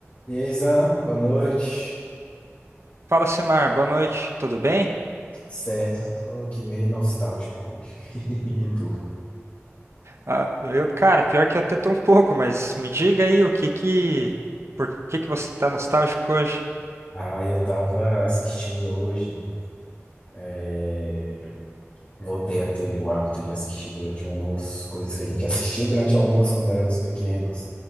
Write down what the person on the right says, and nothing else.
Fala, Simar, boa noite, tudo bem?
Ah, eu, cara, pior que eu até tô um pouco, mas me diga aí o que que, por que que você tá nostálgico hoje?